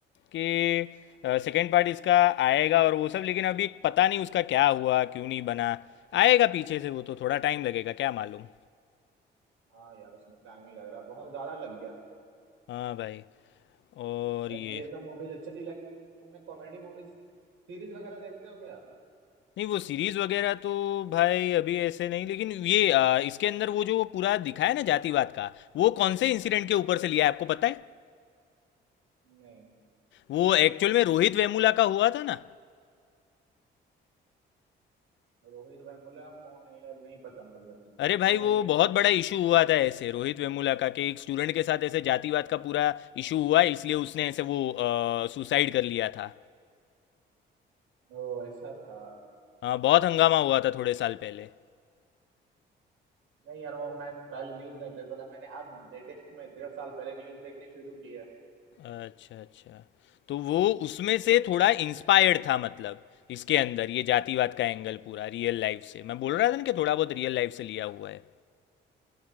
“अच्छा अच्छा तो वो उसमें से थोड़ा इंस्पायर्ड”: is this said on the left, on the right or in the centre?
Left